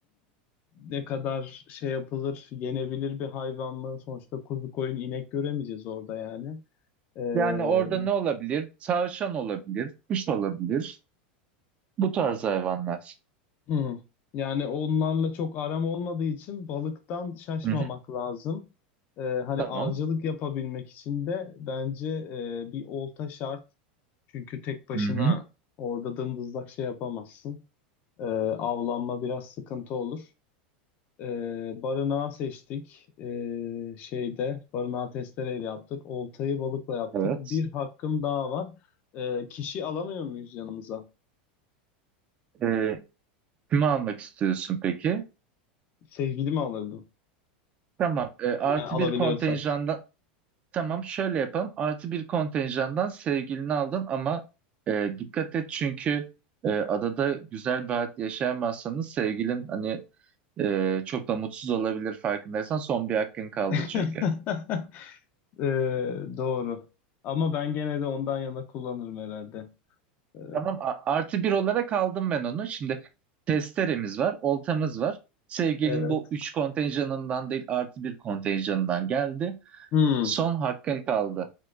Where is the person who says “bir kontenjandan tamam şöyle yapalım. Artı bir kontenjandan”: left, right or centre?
Right